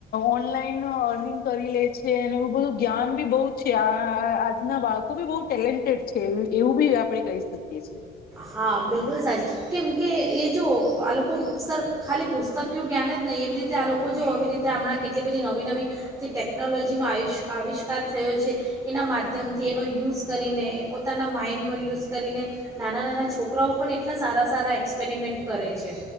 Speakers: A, on the left; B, on the right.
A: ઓનલાઈન અર્નિંગ કરી લે છે છે અને એવું બધું જ્ઞાન બી બહુ છે આજના બાળકો બી બહ ટેલેન્ટેડ છે એવું બી આપણે કહી શકીએ છેએ
B: હા બિલકુલ સાચ કેમકે એ જો આ લોકો સર ખાલી પુસ્તકય જ્ઞાાન જ નહીં એવી રીતે આ લોકો જો આવી રીતે હમણાં કેટલી બધી નવી નવી જે ટેકનોલોજીનો આિષ આવિષ્કાર થયો છે એના માધ્યમથી એનો યુઝ કરીને એ પોતાના માઇન્ડનો યુઝ કરીને નાના નાના છોકરાઓ પણ એટલા સારા સારા એક્સપેરિમેન્ટ કરે છે